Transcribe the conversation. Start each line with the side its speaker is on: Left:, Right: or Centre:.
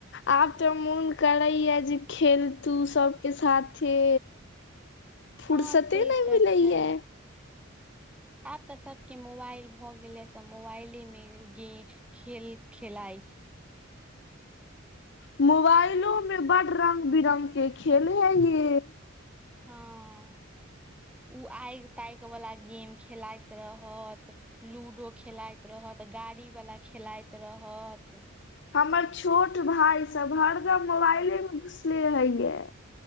Left: आब तऽ, मोन करैए जे खेलतू सबके साथे। फुरसते
Centre: हँ से
Left: नै
Centre: तऽ
Left: मिलै
Centre: छै
Left: यऽ।
Centre: आब तऽ सभके मोबाइल भऽ गेलैए, सभ मोबाइले मे रैह गेल खेल खेलाइ छै।
Left: मोबाइलो में बड रंग- बिरंग के खेल हइ, ए।
Centre: हँ। उ आगि तैक वाला गेम खेलाइत रहत, लूडो खेलाइत रहत। तऽ गाड़ी वाला खेलाइत रहत।
Left: हमर छोट भाइ सभ हरदम मोबाइले मे घुसले रहैयऽ।